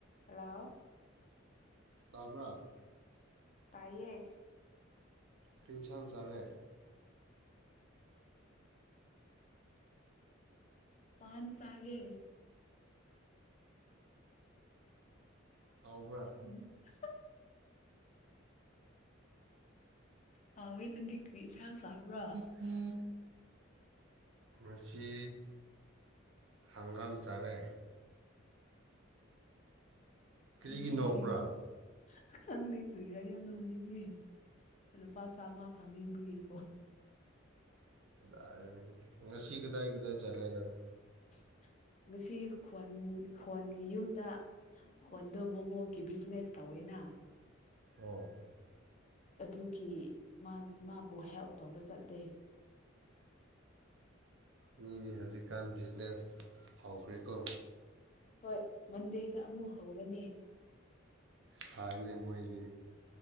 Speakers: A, on the left; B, on the right.
A: hello
B: ꯇꯥꯕ꯭ꯔꯥ
A: ꯇꯥꯏꯌꯦ
B: ꯀꯔꯤ ꯏꯟꯁꯥꯡ ꯆꯥꯔꯦ
A: ꯄꯥꯟ ꯆꯥꯌꯦ
B: ꯍꯥꯎꯕ꯭ꯔꯥ
A: ꯎ <unintelligible> ꯍꯥꯎꯋꯤ ꯅꯪꯗꯤ ꯀꯔꯤ ꯏꯟꯁꯥꯡ ꯆꯥꯕ꯭ꯔꯥ
B: ꯎ <unintelligible> ꯉꯁꯤ ꯍꯪꯒꯥꯝ ꯆꯥꯔꯦ ꯀꯔꯤꯒꯤ
A: ꯑꯩꯗꯤ
B: ꯅꯣꯛꯄ꯭ꯔꯥ
A: ꯁꯤꯔꯦ ꯈꯪꯗꯦ ꯀ꯭ꯔꯤꯔꯥ ꯌꯥꯝ ꯅꯣꯛꯅꯤꯡꯉꯦ ꯂꯨꯄꯥ ꯆꯥꯝꯃ ꯐꯪꯅꯤꯡꯕꯒꯤꯀꯣ
B: ꯀꯗꯥꯏꯗꯒꯤ ꯉꯁꯤ ꯀꯗꯥꯏ ꯀꯗꯥꯏ ꯆꯠꯂꯦ ꯅꯪ
A: ꯎ <inaudible> ꯉꯁꯤ ꯈꯣꯟ ꯈꯣꯟꯒꯤ ꯌꯨꯝꯗ ꯍꯣꯟꯗꯣ ꯃꯣꯃꯣꯒꯤ ꯕꯤꯖꯤꯅꯦꯁ ꯇꯧꯋꯦꯅ
B: ꯑꯥ
A: ꯑꯗꯨꯒꯤ ꯃꯥꯕꯨ ꯍꯦꯜꯞ ꯇꯧꯕ ꯆꯠꯂꯦ
B: ꯃꯤꯗꯤ ꯍꯧꯖꯤꯛꯀꯥꯟ ꯕꯤꯖꯤꯅꯦꯁ ꯍꯧꯥꯎꯈ꯭ꯔꯦꯀꯣ
A: ꯍꯣꯏ ꯃꯟꯗꯦꯗ ꯑꯃꯨꯛ ꯍꯧꯒꯅꯤ
B: ꯐꯥꯏꯅ ꯃꯣꯏꯗꯤ